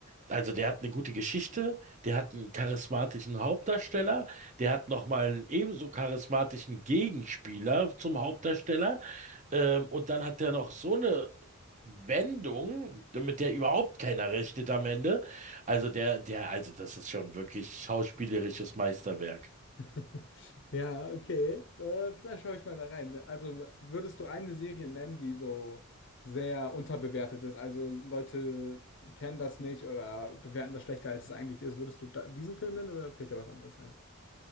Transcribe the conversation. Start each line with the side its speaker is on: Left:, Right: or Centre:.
Right: also der hat eine gute Geschichte, der hat einen charismatischen Hauptdarsteller, der hat nochmal einen ebenso charismatischen Gegenspieler zum Hauptdarsteller ähm, und dann hat der noch so eine Wendung, mit der überhaupt keiner rechnet am Ende. Also der, der, also das ist schon wirklich schauspielerisches Meisterwerk.
Left: <laughs> Ja, okay. Äh, vielleicht schaue ich mal da rein. Also würdest du eine Serie nennen, die so sehr unterbewertet ist? Also Leute kennen das nicht oder bewerten das schlechter, als es eigentlich ist. Würdest du da diesen Film nennen oder fällt dir was anderes ein?